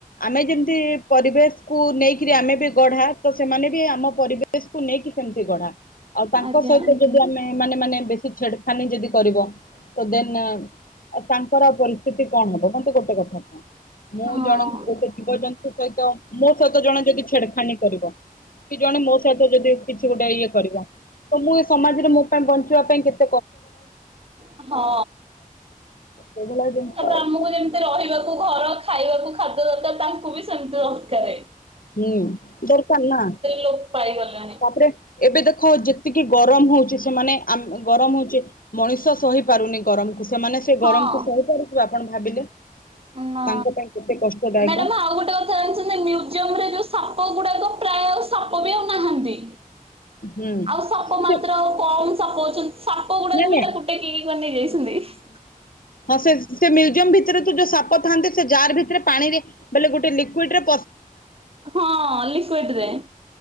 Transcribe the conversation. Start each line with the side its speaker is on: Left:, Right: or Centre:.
Left: ଆମେ ଯେମିତି ପରିବେଶକୁୁ ନେଇକିରି ଆମେ ବି ଗଢା ତ ସେମାନେ ବି ଆମ। ପରିବେଶକୁ ନେଇକି ସେମ୍ ସେଗଡା। ଆଉ ତାଙ୍କ
Right: ଆଜ୍ଞା
Left: ସହିତ ଯଦି ଆମେ ମାନେ ମାନେ। ବେଶ ଛେଡ଼ଖାନୀ ଯଦି। କରିବ ତ ଦେନ ତାଙ୍କର ପରିସ୍ଥିତି କଣ ହବ ମତେ ଗୋଟେ କଥା କୁହ। ମୁଁ
Right: ହଁ।
Left: ଜଣ ଗୋଟେ ଜୀବଜନ୍ତୁ ସହିତ ମୋ ସହିତ ଜଣେ ଯଦି ଛେଡଖାନୀ କରିବ କି ଜଣେ ମୋ ସହିତ ଯଦି କିଛି ଗୋଟେ ଇଏ କରିବ ତ ମୁଁ ଏ ସମାଜରେ ମୋ ପାଇଁ ବଞ୍ଚ <unintelligible>
Right: <inaudible> ହଁ।
Left: ସେଇଭଳିଆ ଜିନିଷ
Right: ତାପରେ
Left: ଆଉ।
Right: ଆମକୁ ଯେମିତି ରହିବାକୁ ଘର। ଖାଇବାକୁ ଖାଦ୍ୟ ଦରକାର ତାଙ୍କୁ ବି ସେମିତି ଦରକାର।
Left: ହୁଁ ଦରକାର ନା
Right: ଲୋପ ପାଇଗଲେଣି
Left: ତାପରେ ଏବେ ଦେଖ ଯେତିକି ଗରମ ହଉଛି ସେମାନେ ଆମ ଗରମ ହଉଛ। ମଣିଷ ସହି ପାରୁନି ଗରମ। ସେମାନେ ସେ
Right: ହଁ
Left: ଗରମକୁ ସୋଇପାରୁଥିବ ଆପଣ ଭାବିଲେ।
Right: ନା
Left: ତାଙ୍କ ପାଇଁ କେତେ କଷ୍ଟଦାୟକ
Right: ମ୍ୟାଡାମ ଆଉ ଗୋଟେ କଥା ଜାଣିଛନ୍ତି ମ୍ୟୁଜିଆମ୍ ରେ। ଯଉ ସାପ ଗୁଡାକ ପ୍ରାୟ ଆଉ ସାପ ବି ଆଉ ନାହାନ୍ତି।
Left: ହୁଁ
Right: ଆଉ ସାପ
Left: ସେ
Right: ମାତ୍ର କମ୍ ସପୋଜ ସାପ ଗୁଡାକୁ
Left: ନାଇଁ ନାଇଁ
Right: ବି ତାକୁ ଟେକିକି କରି ନେଇଯାଇ। <unintelligible>
Left: ହଁ ସେ ସେ ମ୍ୟୁଜିୟମ ଭିତରେ ତ ଯୋଉ ସାପ ଥାନ୍ତି ସେ ଜାର ଭିତରେ ପାଣିରେ ବଲେ ଗୋଟେ ଲିକୁଇଡରେ
Right: ହଁ ଲିକୁଇଡ ରେ